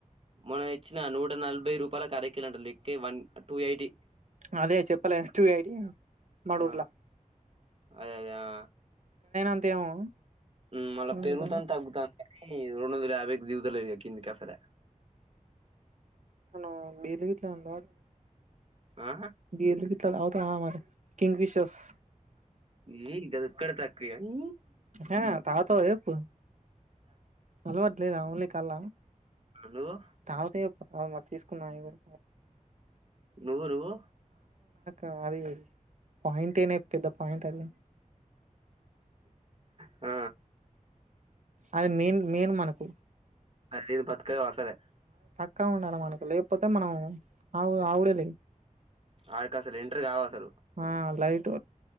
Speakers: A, on the right (about 45°); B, on the right (about 60°).
A: మొన తెచ్చిన నూట నలభై రూపాయలకి అరకిలంట లెక్క వన్ టూ ఎయిటీ
B: అదే చెప్పలే టూ ఎయిటీ మనూర్ల
A: ఆ అదే అదే ఆ
B: అంతేమో
A: ఉ మళ్ళ
B: మనం
A: పెరుగుతాం తగ్గుతాం ఇరెండొందల యాభైకి దిగుతలె కద కిందికి అసలే
B: మనం బీర్లు గిట్లా తాగం
A: ఆ
B: బీర్లు గిట్ల తాగుదామా మరి కింగ్ ఫిషర్స్
A: ఈది అది ఒక్కటి తక్కువ ఈ
B: ఏ తాగుతావా చెప్పు అలవాటు లేదా ఓన్లీ కల్లా
A: నువ్వు
B: తాగితే చెప్పు మరి తీసుకున్నాయిత
A: నువ్వు నువ్వు
B: ఇ అది పాయింట్ నే పెద్ద పాయింట్ అది
A: ఆ
B: అది మెయిన్ మెయిన్ మనకు
A: అది లేకపోతే బతకలే అసలే
B: పక్క ఉండాలి మనకు లేకపోతే మనం ఆవు ఆవుడే లే
A: ఆడకి అసలు ఎంట్ర కావు అసలు
B: ఆ లైట్